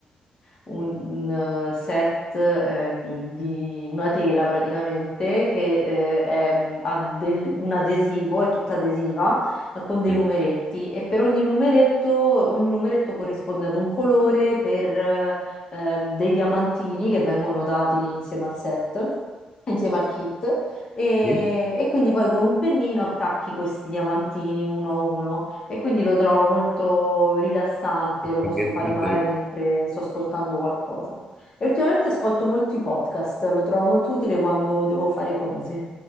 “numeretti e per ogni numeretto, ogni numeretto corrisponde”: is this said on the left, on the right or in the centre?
Left